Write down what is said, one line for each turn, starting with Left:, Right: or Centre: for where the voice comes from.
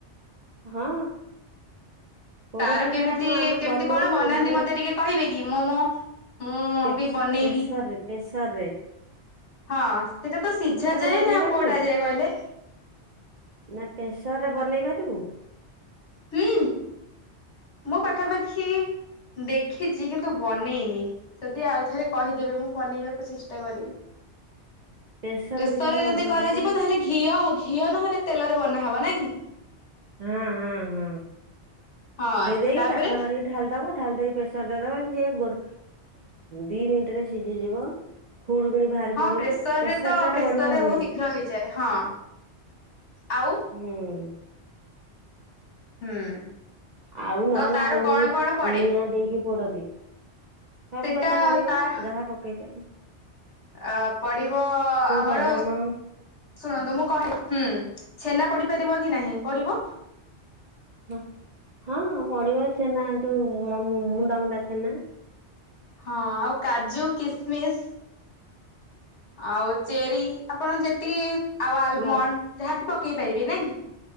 Right: ହଁ। ପୋଡ
Left: ତାର
Right: ପିଠା
Left: କେମିତି
Right: ଟା ମୁଁ ଆମେ
Left: କେମିତି
Right: ବନଉ
Left: କଣ ବନାନ୍ତି
Right: ମାନେ
Left: ମତେ ଟିକେ କହିବେ କି? ମୁଁ ମୋ ମୁଁ
Right: ପେସ୍
Left: ବି ବନେଇବି।
Right: ପେସରେ ପେସରେ
Left: ହଁ, ସେଟା ତ ସିଝା ଯାଏ
Right: ବନେଇ
Left: ନା
Right: ପାରିବୁ
Left: ପୋଡା ଯାଏ କହିଲେ?
Right: ନା ପ୍ରେସରରେ ବନେଇ ପାରିବୁ!
Left: ହୁଁ ମୁଁ ପାଖାପାଖି ଦେଖିଛି, କିନ୍ତୁ ବନେଇନି। ଯଦି ଆଉଥରେ କହିଦେବେ, ମୁଁ ବନେଇବାକୁ ଚେଷ୍ଟା କରିବି।
Right: ପ୍ରେସର
Left: ପ୍ରେସରରେ
Right: ପିଠା ଟା ବଢିଆ
Left: ଯଦି କରାଯିବ!
Right: ହୁଏ
Left: ତାହେଲେ ଘିଅ ଘିଅ ନହେଲେ ତେଲରେ ବନାହବ ନା କି?
Right: ହଁ ହଁ ହଁ
Left: ହଁ
Right: ଦେଇଦେଇକି
Left: ତାପରେ
Right: କାଠୁଆ କରିକି ଢାଲ୍ ଦବ। ଢାଲଦେଇ ପ୍ରେସର ଦେଇଦବ। ଯିଏ ଗୋଟ୍ ଦି ମିନିଟ ରେ ସିଝିଯିବ। ଖୁଡ କିିଣି ବାହାରି
Left: ହଁ
Right: ପଡିବ।
Left: ପ୍ରେସରରେ
Right: ପେସର
Left: ତ
Right: ଟାରେ
Left: ପ୍ରେସରରେ
Right: ବଢିଆ ହୁଏ।
Left: ବହୁତ ଶୀଘ୍ର ହେଇଯାଏ ହଁ ଆଉ
Right: ହୁଁ!
Left: ହୁଁ,
Right: ଆଉ ନହ
Left: ତ ତାର
Right: ନେ ଆଉ
Left: କଣ
Right: ଯୋଉ,
Left: କଣ ପଡେ?
Right: ନିଆଁ ଦେଇକି ପୋଡନ୍ତି। ସବୁ
Left: ସେଟା
Right: କଥା ପଢିବ
Left: ତାର
Right: ଯାହା ପକେଇ ପାରି
Left: ଅ ପଡିବ ଆମର
Right: ବାଦାମ
Left: ଶୁଣନ୍ତୁ, ମୁଁ କହି ହୁଁ ଛେନା ପଡି ପାରିବ କି ନାହିଁ ପଡିବ?
Right: ହ ହଁ, ପଡିବ ଛେନା ଯୋଉ ମୁଣ୍ଡା ମୁୁଣ୍ଡା ଛେନା।
Left: ହଁ, ଆଉ କାଜୁ କିସ୍ ମିସ୍ ଆଉ ଚେରି ଆପଣ ଯେତିକି ଆଉ ଆଲମଣ୍ଡ
Right: ହୁଁ
Left: ଯାହାବି ପକେଇ ପାରିବେ ନା କି?